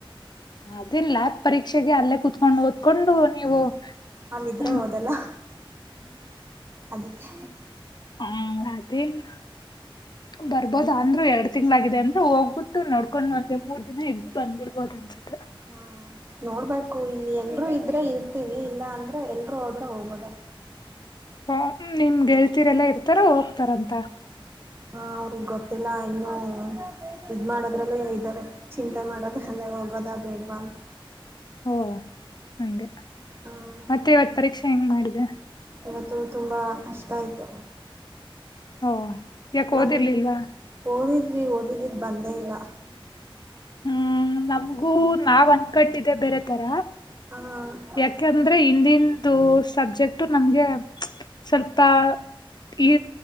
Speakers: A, on the left (about 50°); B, on the right (about 25°).
A: ಅದೇ ಲ್ಯಾಬ್ ಪರೀಕ್ಷೆಗೆ ಅಲ್ಲೇ ಕುತ್ಕೊಂಡು ಓದ್ಕೊಂಡು ನೀವು
B: ಅಲ್ದ್ರೆ
A: ಹ್ಮ್
B: ಹೋದಲ್ಲ ಅದಕ್ಕೆ
A: ಹ್ಮ್ ಅದೇನ್ ಬರ್ಬೋದ ಅಂದ್ರು ಎರಡ್ ತಿಂಗ್ಳಾಗಿದೆ ಅಂದ್ರೆ ಹೋಗ್ಬಿಟ್ಟ ನೋಕೊಂಡ್ ಒಂದ್ ಮೂರ್ ದಿನ ಇದ್ದವಿ ಬಂದ್ಬರ್ಬೋದ ತೆ
B: ಹ್ಮ ನೋಡ್ಬೇಕು ಇಲ್ಲಿ ಎಲ್ರೂ ಇದ್ರೆ ಇ ಹತವಿ ಇಲ್ಲಾ ಅಂದ್ರ ಎಲ್ರು ಹೋದ್ರ ಹೋಗೋದ
A: ಹ ನಿಮ್ ಗೆೇಳ್ತರ್ಲ್ಲಾ ಇರ್ತಾರ ಹೋಗ್ತಾರ ಅಂತ
B: ಹಾ ಅವ್ರಗ್ ಗೊತ್ತಿಲ್ಲ ಇನ್ನು ಇದ್ ಮಾಡೋದ್ರಲ್ಲೇ ಇದ್ದಾರೆ ಚಿಂತೆ ಮಾಡೋದ್ರಲ್ಲೇ ಹೋಗೋದ ಬೇಡ್ವಾ ಅಂತ
A: ಓ ಹಗೆ
B: ಹ
A: ಮತ್ತೆ ಇವತ್ ಪರೀಕ್ಷೆ ಹೆಂಗ್ ಮಾಡಿದೆ
B: ಏನತ್ತುೂ ತುಂಬಾ ಕಷ್ಟ ಆಯ್ತು
A: ಓ ಯಾಕ್
B: ನಮ್
A: ಓದಿರ್ಲಿಲ್ವಾ?
B: ಓದಿದ್ವಿ ಓದದಿದವಿ ಬಂದೇ ಇಲ್ಲ
A: ಹ್ಮ್ ನಮಗೂ ನಾವ್ ಅನ್ಕಟ್ಟಿದೆೆ ಬೇರೆ ತರ
B: ಹ
A: ಯಾಕಂದ್ರೆ ಹಿಂದಂದು ಸಬ್ಜೆಕ್ಟ್ ನಮ್ಗೆ ಸ್ವಲ್ಪ ಈ